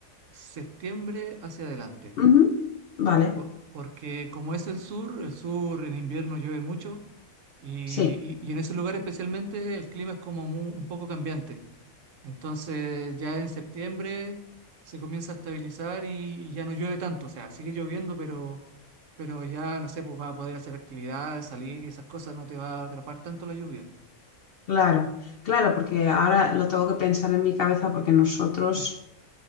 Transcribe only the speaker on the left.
Ujú, Vale,
sí,
claro. Claro, porque ahora lo tengo que pensar en mi cabeza porque nosotros...